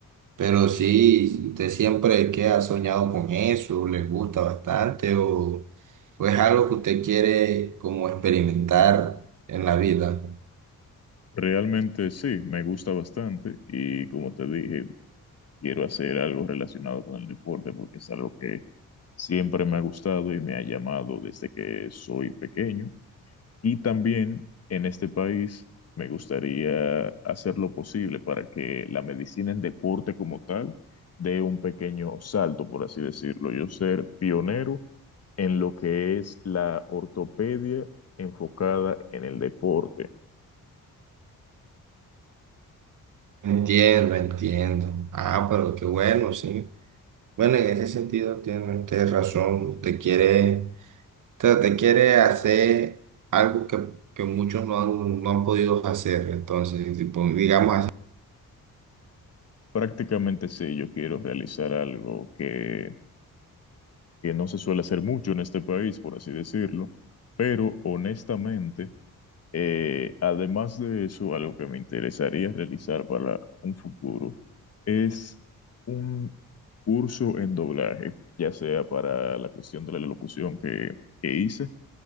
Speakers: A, on the right; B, on the left.
A: Pero sí, usted siempre que ha soñado con eso, le gusta bastante o, o es algo que usted quiere como experimentar en la vida.
B: Realmente sí, me gusta bastante y como te dije, quiero hacer algo relacionado con el deporte porque es algo que siempre me ha gustado y me ha llamado desde que soy pequeño. Y también en este país me gustaría hacer lo posible para que la medicina en deporte como tal dé un pequeño salto, por así decirlo. Yo ser pionero en lo que es la ortopedia enfocada en el deporte.
A: Entiendo, entiendo. Ah, pero qué bueno, sí. Bueno, en ese sentido tiene usted razón. Usted quiere sea, te quiere hacer algo que, que muchos no han, no han podido hacer. Entonces, tipo, digamos así.
B: Prácticamente sí, yo quiero realizar algo que, que no se suele hacer mucho en este país, por así decirlo, pero honestamente... Eh, además de eso, algo que me interesaría realizar para un futuro es un curso en doblaje, ya sea para la cuestión de la locución que, que hice.